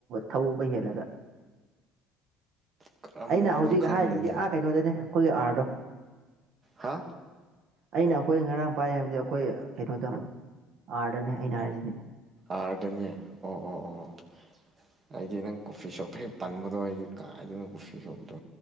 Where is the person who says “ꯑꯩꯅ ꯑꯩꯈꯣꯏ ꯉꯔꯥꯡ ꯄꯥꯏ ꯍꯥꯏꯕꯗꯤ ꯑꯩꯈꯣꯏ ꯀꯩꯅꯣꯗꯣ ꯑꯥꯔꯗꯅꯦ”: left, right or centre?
Right